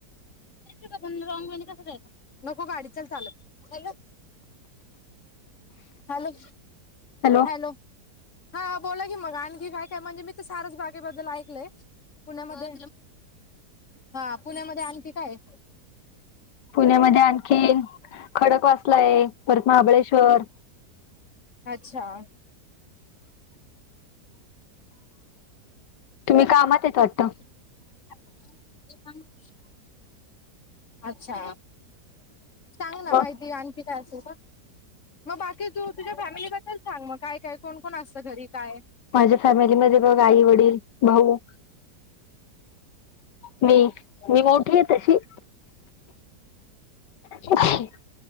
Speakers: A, on the left; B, on the left.
A: रॉग वे ने कस जायचं नको गाडीचाल चालत. Hello hello
B: hello.
A: हॅलो. हा बोला की मग आणखी काय काय, म्हणजे मी त सारस बागेबद्दल ऐकलंय. पुण्यामध्ये हा पुण्यामध्ये आणखी काय आहे.
B: पुण्यामध्ये आणखी खडक वाचला आहे परत महाबळेश्वर
A: अच्छा.
B: तुम्ही कामात आहेत वाटतं?
A: <unintelligible> अच्छा सांग ना
B: मग
A: माहिती आणखी काय असेल का. मग बाकी तू तुझ्या फॅमिलीबद्दल सांग मग काय काय कोण कोण असतं घरी काय.
B: माझ्या फॅमिलीमध्येध्ये बघ आई वडील भाऊ मी मी मोठी आहे तशी. अ् <inaudible>